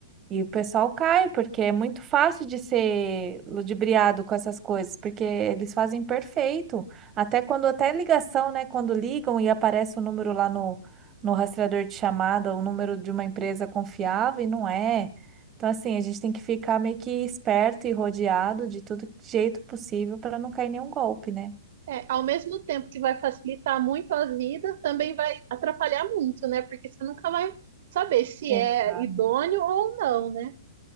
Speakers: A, on the right; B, on the right.
A: E o pessoal cai, porque é muito fácil de ser ludibriado com essas coisas, porque eles fazem perfeito. Até quando, até ligação, né? Quando ligam e aparece o número lá no, no rastreador de chamada, o número de uma empresa confiável, e não é. Então, assim, a gente tem que ficar meio que esperto e rodeado de todo jeito possível para não cair nenhum golpe, né?
B: É, ao mesmo tempo que vai facilitar muito a vida, também vai atrapalhar muito, né? Porque você nunca vai saber se
A: Exato.
B: é idôneo ou não, né?